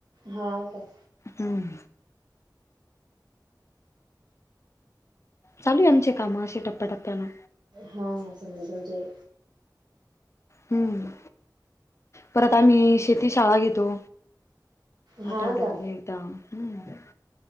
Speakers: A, on the right; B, on the left.
A: हाव का.
B: हम्म. चालू आहे आमचे काम अशे टप्प्याटप्प्यानं.
A: हा समजू जे
B: हम्म. परत आम्ही शेती शाळा घेतो.
A: हा
B: आठवड्यातून
A: का
B: एकदा. हम्म.